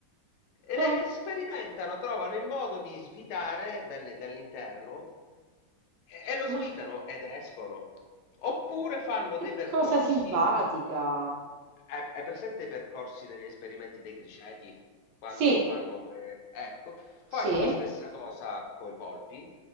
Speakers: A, on the left (about 90°); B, on the right (about 75°).
A: e
B: Eh,
A: sperimentano, trovano il modo di svitare dal- dall'interno e, e lo svitano
B: ma
A: ed escono. Oppure fanno
B: che
A: dei percorsi
B: cosa simpatica!
A: Hai hai presente i percorsi degli esperimenti dei criceti? Quando
B: Sì,
A: fanno que- Ecco, fanno
B: sì?
A: la stessa cosa coi polpi,